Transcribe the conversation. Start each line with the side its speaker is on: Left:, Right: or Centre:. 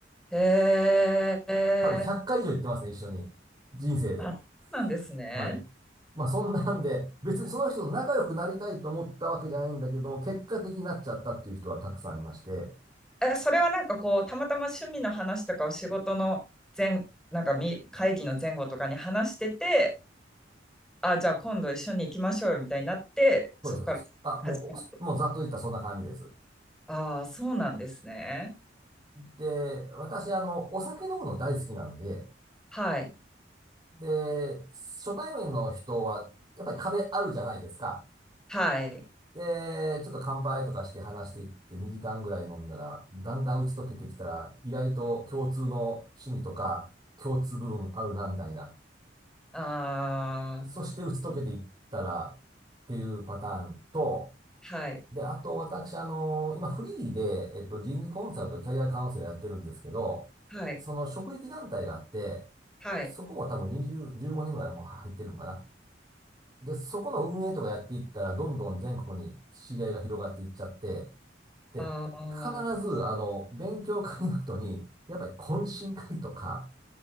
Centre: ー、えー、
Right: 多分100回以上行ってますね、一緒に。人生で。
Centre: あ、そうなんですね。
Right: はい。まあそんなんで、別にその人と仲良くなりたいと思ったわけじゃないんだけども、結果的になっちゃったっていう人はたくさんいまして、
Centre: え、それはなんかこう、たまたま趣味の話とかを仕事の前、なんかみ会議の前後とかに話してて、あ、じゃあ今度一緒に行きましょうよみたいになって、そこから始めた。
Right: そうです、そうです。あ、もう、おもうざっと言ったらそんな感じです。
Centre: ああ、そうなんですね。
Right: で、私、あの、お酒飲むの大好きなんで、
Centre: はい。
Right: で、初対面の人は、やっぱり壁あるじゃないですか。
Centre: はい。
Right: で、ちょっと乾杯とかして話していって2時間ぐらい飲んだら、だんだん打ち解けてきたら、意外と共通の趣味とか、共通部分あるな、みたいな。
Centre: ああ、
Right: そして打ち解けていったら、っていうパターンと、
Centre: はい。
Right: で、あと私、あの、今フリーで、えっと、人事コンサルとキャリアカウンセラーやってるんですけど、
Centre: はい。
Right: その職域団体があって、
Centre: はい。
Right: そこも多分20、15年ぐらいもう入ってるのかな。で、そこの運営とかやっていったら、どんどん全国に知り合いが広がっていっちゃって、で、
Centre: ああ、
Right: 必ず、あの、勉強会の後に、やっぱり懇親会とか、